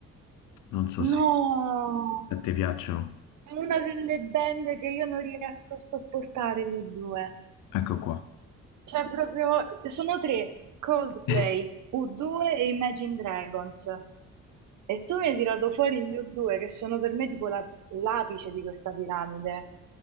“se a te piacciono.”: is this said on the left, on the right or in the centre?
Left